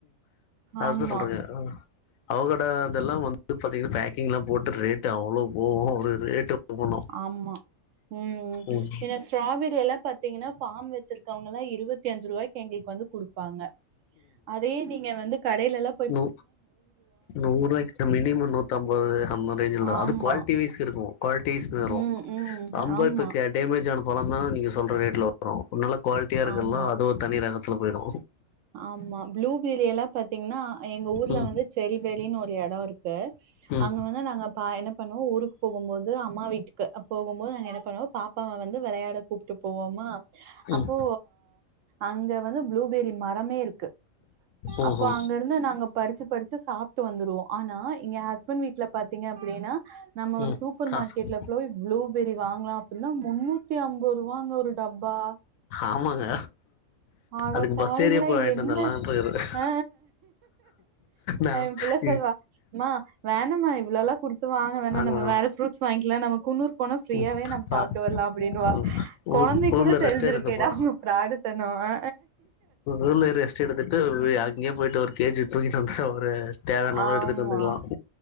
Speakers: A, on the right; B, on the left.
A: ஆமா,
B: அதா சொல்றங்க அவகேடா இதெல்லா வந்து பாத்தீங்கன்னா பேக்கிங்ளா போட்டு ரேட்டு் அவ்ளோ போவு ஒரு ரேட்டு போனு
A: ஆமா உம்
B: ம்
A: இந்த ஸ்ட்ராபெரி எல்லா பாத்தீங்கன்னா ஃபாம் வச்சிருக் கவுங்களா இருவத்தி அஞ்சு ரூவாய்க்கு எங்ளுக்கு வந்து குடுப்பாங்க அதே நீங்க வந்து கடைலலா
B: நு நூறுவாய்க்த மினிமோ நூத்து அம்பது <unintelligible>
A: ஆமா.
B: அது குவால்டி வைஸ் இருக்கு குவால்டி வைஸ் ஏறு
A: ம்,
B: <unintelligible>
A: ம். ஆமா,
B: டேமேஜ் ஆன பழோ தா நீங்க சொல்ற ரேட்ல வரு நல்லா குவாலிட்டியா இருக்கதுலா
A: ஆமா,
B: அது தனி ரகத்துல போயிடு
A: ஆமா ப்ளூபெரி எல்லா பாத்தீங்கன்னா எங்க ஊர்ல
B: ம்
A: வந்து செரிபெரினு ஒரு எடொ இருக்கு
B: ம்
A: அங்க வந்து நாங்க பா என்ன பண்ணுவோ ஊருக்கு போகுபோது அம்மா வீட்டுக்கு போகுபோது நாங்க என்ன பண்ணுவோ பாப் ப்பாவ வந்து விளையாட கூப்ட்டு போவோமா
B: ம்
A: அப்போ அங்க வந்து ப்ளு எல்லாமே இருக்கு
B: ஓஹோ
A: அப்போ அங்க இருந்து நாங்க பறிச்சு பறிச்சு சாப்ட்டு வந்துருவோ ஆனா எங்க ஹஸ்பண்ட் வீட்ல பாத்தீங்க அப்டின்னா நம்ம ஒரு
B: ம்
A: சூப்பர்
B: காசு
A: மார்க்கெட்ல போய் ப்ளூபெரி வாங்கலா அப்டின்னா முன்னூத்தி அம்போருவாங்க ஒரு டப்பா
B: ஆமாங்க
A: அட
B: அதுக்கு
A: பாவிங்களா
B: பஸ் ஏறியே போய்
A: என்ன
B: வந்துரலான்ட்டு இருக்குற
A: அ
B: நா
A: என் புள்ள
B: இ
A: சொல்லுவா மா வேணம்மா இவ்ளோலா குடுத்து வாங்க வேணா
B: ஆமா
A: நம்ம வேற ஃப்ரூட்ஸ் வாங்கிக்கலா நம்ம குன்னூர் போன ஃப்ரீயாவே
B: ம்
A: நம்ம சாப்ட்டு
B: ஆ
A: வர்லா அப்டின்வ
B: ம்
A: கொழந்தைக்
B: ஊர் ஊர்ல
A: கூட தெரிஞ்சிருக்கேடா
B: ரெஸ்ட் எடுத்துப்போ
A: அவுங்க ஃப்ராடு சொன்னவா
B: ஊர்லயே ரெஸ்ட் எடுத்துட்டு அங்கயே போய்ட்டு ஒரு கே ஜி தூக்கிட்டு வந்துட்டு ஒரு தேவையான
A: ஆமா
B: அளவு எடுத்துட்டு வந்துக்கலா